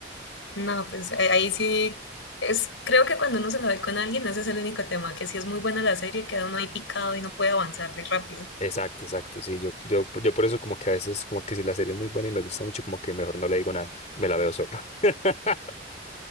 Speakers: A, on the left; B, on the left.
A: no, pues eh, ahí sí, es, creo que cuando uno se la ve con alguien, ese es el único tema, que si es muy buena la serie, queda uno ahí picado y no puede avanzarle rápido.
B: Exacto, exacto. Sí, yo, yo, yo por eso como que a veces como que si la serie es muy buena y me gusta mucho, como que mejor no le digo nada, me la veo sola. <laughs>